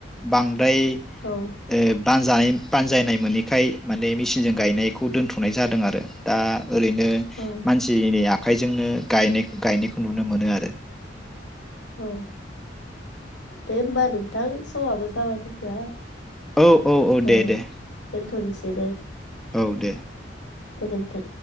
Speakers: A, in the centre; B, on the left (about 70°).
A: बां दाय ओ
B: औ
A: बानजाय बानजायनाय मोनैखाय माने मेसिनजों गायनायखौ दोनथ'नाय जादों आरो दा ओरैनो
B: औ
A: मानसिनि आ आखाइजोंनो गायनाय गायनायखौ नुनो मोनो आरो।
B: औ दे होनबा नों नोंथां समाबो जाबाय जोंना
A: औ औ औ
B: ओ
A: दे दे
B: दोनथ'नोसै
A: औ दे
B: गोजोन्थों।